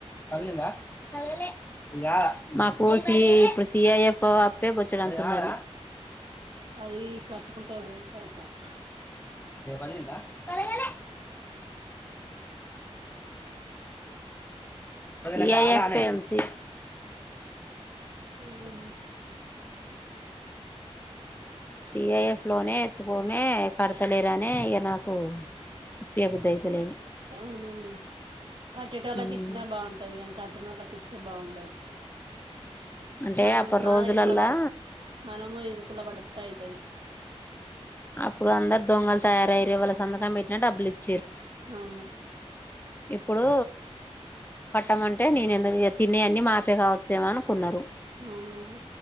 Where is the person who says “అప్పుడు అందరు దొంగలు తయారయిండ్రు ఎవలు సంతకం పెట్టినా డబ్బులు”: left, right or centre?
Left